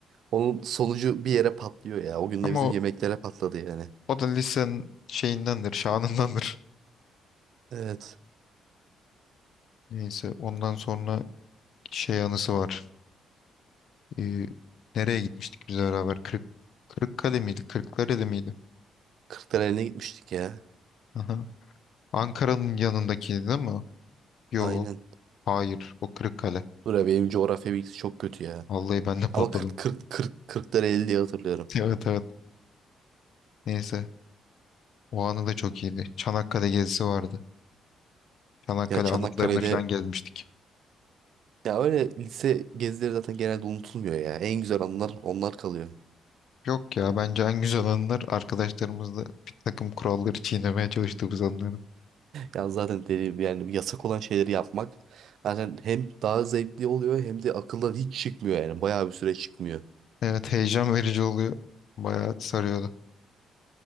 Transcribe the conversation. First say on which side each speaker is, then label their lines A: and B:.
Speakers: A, on the right; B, on the left.
A: onun sonucu bir yere patlıyor ya. O gün
B: Ama
A: de bizim
B: o
A: yemeklere patladı yani.
B: O da lisenin şeyindendir, şanındandır.
A: Evet.
B: Neyse ondan sonra şey anısı var. Ee, nereye gitmiştik biz beraber? Kırık, Kırıkkale miydi? Kırklareli miydi?
A: Kırklareli'ne gitmiştik ya.
B: Aha. Ankara'nın yanındakiydi değil mi? Yok.
A: Aynen.
B: Hayır. O Kırıkkale.
A: Dur ya benim coğrafya bilgisi çok kötü ya.
B: Vallahi ben de patladım.
A: Ama 40 40 40 40'tan 50 diye hatırlıyorum.
B: <laughs> Evet evet. Neyse. O anı da çok iyiydi. Çanakkale gezisi vardı. Çanakkale
A: Ya Çanakkale'de
B: anıtlarını falan gezmiştik.
A: ya öyle lise gezileri zaten genelde unutulmuyor ya. En güzel anılar onlar kalıyor.
B: Yok ya bence en güzel anılar arkadaşlarımızla bir takım kuralları çiğnemeye çalıştığımız anlar.
A: Ya zaten deli yani yasak olan şeyleri yapmak zaten hem daha zevkli oluyor hem de akıldan hiç çıkmıyor yani. Bayağı bir süre çıkmıyor.
B: Evet heyecan verici oluyor. Bayağı sarıyordu.